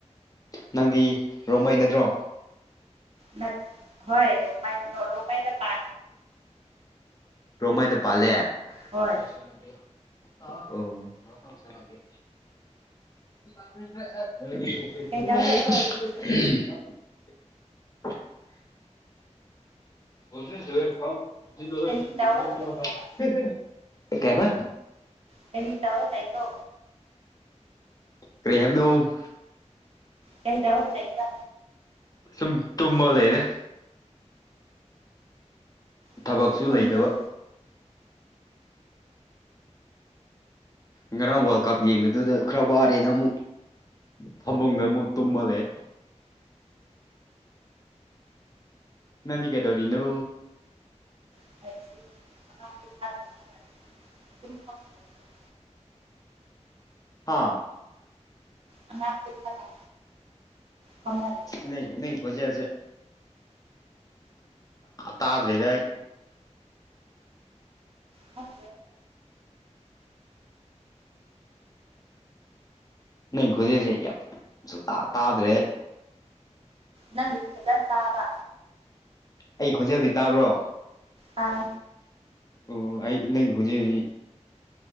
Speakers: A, on the left (about 30°); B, on the right (about 50°).
A: ꯅꯪꯗꯤ ꯔꯣꯃꯩꯅꯗ꯭ꯔꯣ
B: ꯅ ꯍꯣꯏ ꯔꯨꯃꯥꯏ ꯅ ꯔꯨꯃꯥꯏꯗ ꯄ
A: ꯄ꯭ꯔꯣꯃꯥꯏꯗ ꯄꯥꯜꯂꯦ
B: ꯍꯣꯏ
A: <unintelligible> <unintelligible>
B: ꯀꯩꯗꯧ ꯂꯩꯕ꯭ꯔꯣ
A: <unintelligible>
B: ꯍꯧꯖꯤꯛꯇꯤ
A: <unintelligible>
B: ꯀꯔꯤ ꯇꯧꯔ ꯂꯩꯕ꯭ꯔꯕ
A: ꯀꯩ ꯍꯥꯏꯕ
B: ꯀꯔꯤ ꯇꯧꯔ ꯂꯩꯕꯣ
A: ꯀ꯭ꯔꯦꯍꯕꯅꯣ
B: ꯀꯩꯗꯧꯔ ꯂꯩꯕ꯭ꯔꯥ
A: ꯁ ꯇꯨꯝꯃꯜ ꯂꯩ ꯂꯩꯗ
B: ꯍꯥꯏꯕꯁꯨ
A: ꯊꯕꯛꯁꯨ
B: ꯇꯨꯝ
A: ꯂꯩꯇꯕ
B: ꯇꯨꯝ
A: ꯉꯔꯥꯡ ꯋꯥꯔꯜ ꯀꯞ ꯌꯦꯡꯕꯗꯨꯗ ꯈꯔ ꯋꯥꯔꯦꯅ ꯑꯃꯨꯛ ꯐꯃꯨꯡꯗ ꯑꯃꯨꯛ ꯇꯨꯝꯃ ꯂꯩꯌꯦ ꯅꯗꯤꯒꯦꯗꯧꯔꯤꯅꯣ
B: <unintelligible>
A: ꯍꯥꯥ
B: ꯑꯥꯡ ꯂ ꯊꯃ ꯂꯩ
A: ꯅ ꯅ ꯈꯣꯖꯤꯁꯦ ꯇꯥꯗ꯭ꯔꯤꯗꯩ
B: ꯍꯝ
A: ꯅꯪ ꯈꯣꯏꯖꯤꯛꯁꯦ ꯌꯥꯝ ꯁ ꯇꯥꯗ꯭ꯔꯦ
B: ꯅꯪꯒꯤꯗꯤ ꯐꯖꯅ ꯆꯥꯕ
A: ꯑꯩ ꯈꯣꯟꯖꯦꯜꯗꯤ ꯇꯥꯕ꯭ꯔꯣ
B: ꯑꯥ
A: ꯑꯣ ꯑꯩ ꯅꯪꯒꯤ ꯍꯧꯖꯤꯛ ꯍꯧꯖꯤꯛ